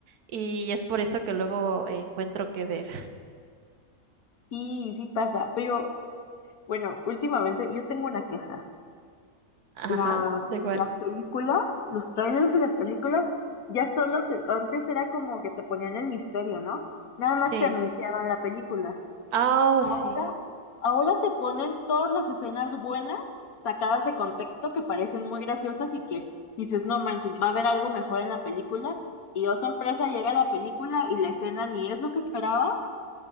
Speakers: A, on the right; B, on the left.
A: y es por eso que luego encuentro que ver.
B: sí, sí pasa. Pero bueno, últimamente yo tengo una queja.
A: Ajá,
B: Las,
A: de igual.
B: las películas, los trailers de las películas, ya solo te- antes era como que te ponían el misterio, ¿no? Nada más
A: Sí.
B: te anunciaban la película.
A: Oh,
B: Ahora,
A: sí.
B: ahora te ponen todas las escenas buenas, sacadas de contexto, que parecen muy graciosas y que dices, no manches, va a haber algo mejor en la película. Y oh sorpresa, llega la película y la escena ni es lo que esperabas,